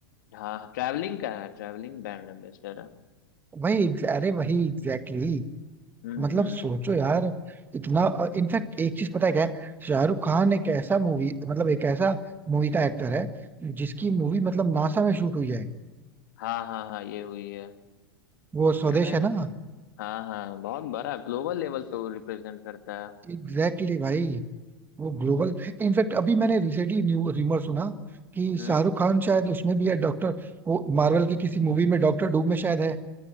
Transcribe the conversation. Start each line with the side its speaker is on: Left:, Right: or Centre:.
Left: हाँ ट्रैवलिंग का है ट्रैवलिंग ब्रांड एम्बेसडर है
Right: वही अरे वही एग्जैक्टली exactly.
Left: हम्म
Right: मतलब
Left: हम्म
Right: सोचो यार इतना इनफैक्ट एक चीज पता है क्या है शाहरुख खान एक ऐसा मूवी मतलब एक ऐसा मूवी का एक्टर है जिसकी मूवी मतलब नासा में शूट हुई है
Left: हाँ हाँ हाँ ये हुई है
Right: वो स्वदेश
Left: अरे भाई
Right: है ना
Left: हाँ हाँ बहुत बड़ा ग्लोबल लेवल पे वो रिप्रेजेंट करता है
Right: एग्जैक्टली exactly भाई वो ग्लोबल इनफैक्ट अभी मैंने रिसेंटली न्यू रिमर सुना कि
Left: हम्म।
Right: शाहरुख खान शायद उसमें भी है डॉक्टर वो मार्वल की किसी मूवी में डॉक्टर डूम में शायद है